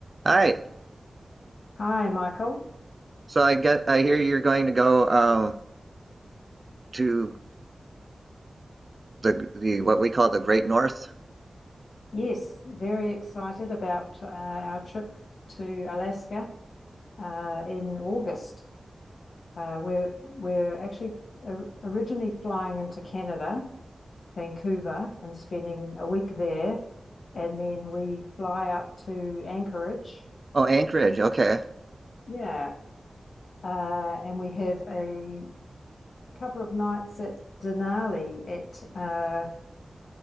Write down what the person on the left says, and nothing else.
Hi, Michael.
Yes, very excited about uh, our trip to Alaska uh, in August. Uh, we're we're actually or- originally flying into Canada, Vancouver, and spending a week there, and then we fly up to Anchorage.
Yeah, uh, and we have a couple of nights at Denali at uh,